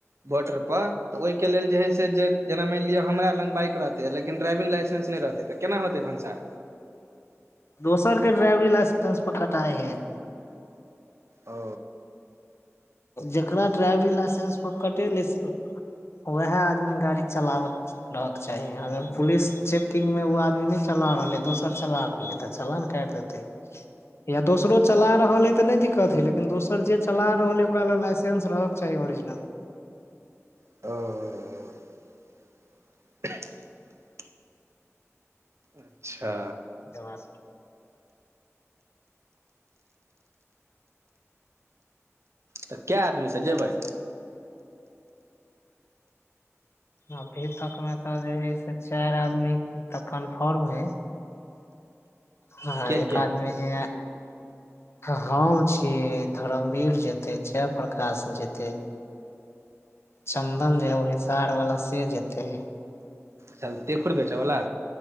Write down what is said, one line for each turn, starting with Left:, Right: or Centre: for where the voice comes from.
Right: बोर्टर पर तऽ ओहि के लेल जे हे से जेना मानि लिे हमरा लग बाइक रहते य लेकिन ड्राइविंग लाइसेंस नहि रहते त केना होतै भनसार
Left: दोसर के ड्राइवरी लाइसेंस प कटाए है
Right: ओ
Left: जेकरा ड्राइवंग लाइसेंस प कटे ल वएह आदमी गाड़ी चलाबत रहक के चाही अगर पुलिस चेकिंगग मे ओ आदमी नहि चला रहलै दोसर चला रहलै तऽ चला ने काटि देतै या दोसरो चला रहल है तऽ नहि दिक्कत हइ लेकिन दोसर जे चला रहल य ओक लाइेंस रहय के चाही ओरिजिनल
Right: ओ अच्छा
Left: जवर
Right: तऽ कए आदमीसँ जेबै
Left: अभी तक मे तऽ जे हय से चाइर आदमी तऽ कन्फर्म हय हँ
Right: के
Left: एक
Right: के
Left: आदमी जे हम छी धरमवीर जेतै जयप्रकाश जेतै चंन्दन जे हौ हेसार वला से जेतेै
Right: च त देख खुर बेच बला